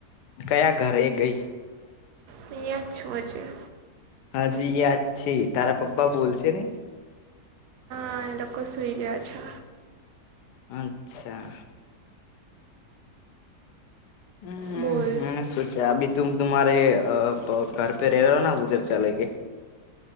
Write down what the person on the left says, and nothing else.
કયા ઘરે ગઈ.
હાજી યાદ છે તારા પપ્પા બોલશે ને
અચ્છા. હમ્મ
મને શું છે આબી તુમ તુમારે ઘર પે રેલો ને ઉધર ચાલે કે